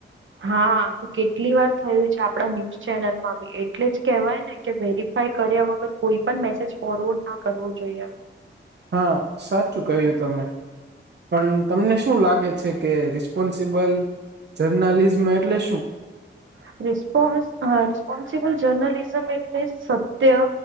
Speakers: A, on the right; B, on the right.
A: હા, તો કેટલી વાર થયું છે આપડા ન્યૂઝ ચેનલમાં બી. એટલે જ કહેવાય ને કે વેરીફાય કર્યા વગર કોઈ પણ મેસેજ ફોરવર્ડ ના કરવું જોઈએ.
B: હા સાચું કહ્યું તમે! પણ તમને શું લાગે છે કે રિસ્પોન્સિબલ જર્નલિઝમ એટલે શું?
A: <unintelligible> હા રિસ્પોન્સિબલ જર્નલિઝમ એટલે સત્ય